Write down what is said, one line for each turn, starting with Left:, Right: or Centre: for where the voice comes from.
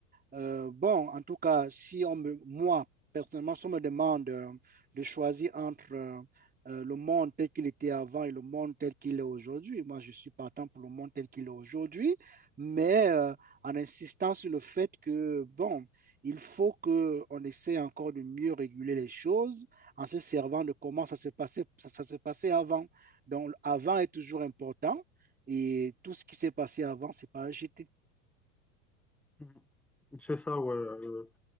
Right: Euh, bon, en tout cas, si on me, moi, personnellement, si on me demande euh, de choisir entre euh, euh, le monde tel qu'il était avant et le monde tel qu'il est aujourd'hui, moi, je suis partant pour le monde tel qu'il est aujourd'hui, mais euh, en insistant sur le fait que, bon, il faut qu'on essaie encore de mieux réguler les choses en se servant de comment ça se passait, ça, ça se passait avant. Donc, avant est toujours important et tout ce qui s'est passé avant, c'est pas à jeter.
Centre: Mhm. C'est ça, ouais. euh,